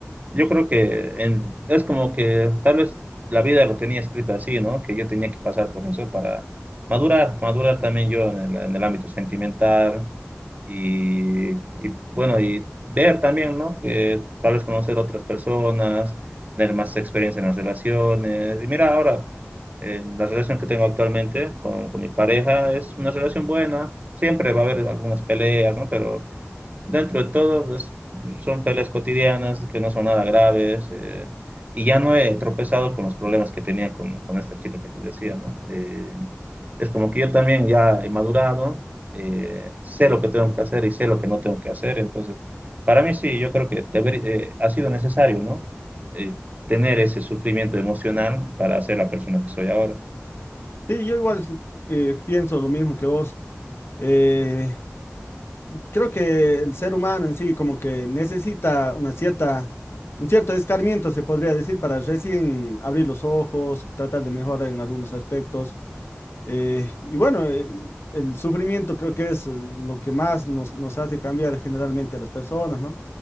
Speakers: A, on the right; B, on the left.
A: Yo creo que en- es como que tal vez la vida lo tenía escrito así, ¿no? Que yo tenía que pasar por eso para madurar, madurar también yo en el, en el ámbito sentimental y, y, bueno, y ver también, ¿no? Que tal vez conocer otras personas, tener más experiencia en las relaciones. Y mira, ahora, eh, la relación que tengo actualmente con, con mi pareja es una relación buena. Siempre va a haber algunas peleas, ¿no? Pero dentro de todo, pues, son peleas cotidianas que no son nada graves. eh, y ya no he tropezado con los problemas que tenía con, con esta chica que te decía, ¿no? Eh, es como que yo también ya he madurado, eh, sé lo que tengo que hacer y sé lo que no tengo que hacer. Entonces, para mí sí, yo creo que deber- eh, ha sido necesario, ¿no? Eh, tener ese sufrimiento emocional para ser la persona que soy ahora.
B: Sí, yo igual eh, pienso lo mismo que vos. Eh, creo que el ser humano en sí como que necesita una cierta, un cierto escarmiento, se podría decir, para recién abrir los ojos, tratar de mejorar en algunos aspectos. Eh, y bueno, eh, el sufrimiento creo que es eh, lo que más nos, nos hace cambiar generalmente a las personas, ¿no?